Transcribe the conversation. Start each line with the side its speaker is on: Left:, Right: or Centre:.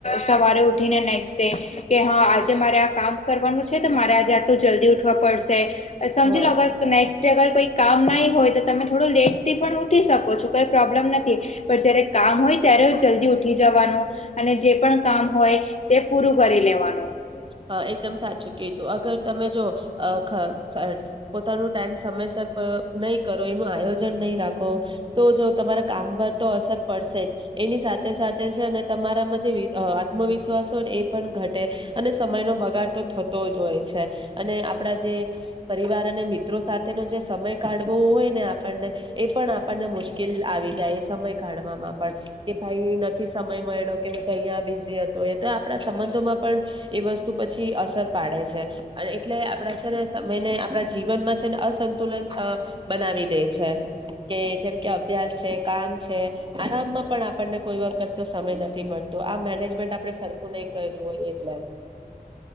Left: સવારે ઉઠીને નેક્સ્ટ ડે કે હા, આજે મારે આ કામ કરવાનું છે, તો મારે આજે આટલું જલ્દી ઉઠવા પડશે સમજી
Right: હા
Left: લો અગર નેક્સ્ટ ડે અગર કોઈ કામ નાઈ હોય તો તમે થોડું લેટ થી પણ ઉઠી શકો છો, કઈ પ્રોબ્લેમ નથી. પણ જયારે કામ હોય ત્યારે જલ્દી ઉઠી જવાનું અને જે પણ કામ હોય તે પૂરું કરી લે લેવાનું.
Right: હા, એકદમ સાચું કીધું અગર તમે જો અ ખ પોતાનું ટાઈમ સમયસર નહી કરો એનું આયોજન નહી રાખો તો જો તમારા કામ પર તો અસર પડશે જ એની સાથે સાથે છે અને તમારામાં જે આત્મવિશ્વાસ હોય ને એ પણ ઘટે અને સમય નો બગાડ તો થતો જ હોય છે, અને આપડા જે પરિવાર અને મિત્રો સાથે જે સમય કાઢવો હોય ને આપણને એ પણ આપણને મુશ્કેલ આવી જાય એ સમય કાઢવામાં કે ભાઈ નથી સમય મળ્યો કે હું તો અહીં બીઝી હતો એ તો આપણા સંબંધોમાં પણ એ વસ્તુ પછી અસર પાડે છે અને એટલે આપડા છે સમયને આપણા જીવનમાં છે ને અસ અસંતુલિત બનાવી દે છે કે જેમ કે અભ્યાસ છે, કામ છે આમ પણ આપણને કોઈ વખત તો સમય નથી મળતો આ મેનેજમેન્ટ આપણે સરખું નહી કર્યું હોય એટલે